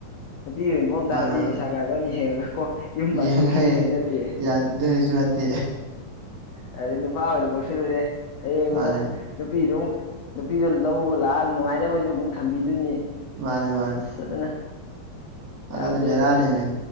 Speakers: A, on the left; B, on the right.
A: ꯅꯨꯄꯤ ꯑꯣꯏꯅ ꯄꯣꯛꯑꯝ
B: ꯃꯥꯅꯦ
A: ꯇꯥꯔꯗꯤ
B: ꯃꯥꯅꯦ
A: ꯄꯩꯁꯥ ꯄꯥꯏꯕ ꯑꯃ ꯌꯦꯡꯉꯒ ꯀꯣ ꯌꯨꯝ ꯄꯥꯟꯊꯣꯛꯈꯤꯅꯤꯁꯨ
B: ꯌꯦꯡꯉꯩ
A: ꯅꯠꯇꯦ
B: ꯌꯥꯗꯣꯏꯁꯨ ꯅꯠꯇꯦ
A: ꯑꯗꯨ ꯅꯨꯄꯥ ꯑꯣꯏꯅ ꯄꯣꯛꯁꯤꯜꯂꯨꯨꯔꯦ ꯍꯌꯦꯡꯃꯣ
B: ꯃꯥꯅꯦ
A: ꯅꯨꯄꯤꯗꯨ ꯅꯨꯄꯤꯗꯣ ꯂꯧꯕ ꯂꯥꯛꯑ ꯅꯨꯡꯉꯥꯏꯅꯕꯖꯨ ꯑꯃꯨꯛ ꯊꯝꯕꯤꯗꯣꯏꯅꯤ
B: ꯃꯥꯅꯦ ꯃꯥꯅꯦ
A: ꯑꯁ ꯑꯗꯨꯅ
B: ꯑꯗꯨꯅꯦ
A: ꯌꯥꯗꯦ
B: ꯕꯦꯔꯥꯅꯤꯅꯦꯃꯦ
A: ꯑꯗꯨꯅ